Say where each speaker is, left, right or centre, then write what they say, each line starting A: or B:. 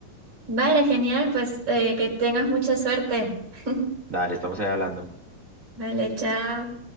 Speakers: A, on the right; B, on the right.
A: Vale, genial, pues eh, que tengas mucha suerte. <laughs>
B: Dale, estamos ahí hablando.
A: Vale, chao.